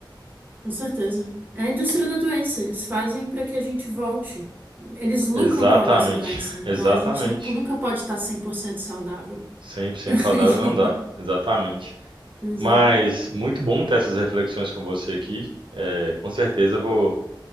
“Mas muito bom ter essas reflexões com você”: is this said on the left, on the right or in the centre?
Right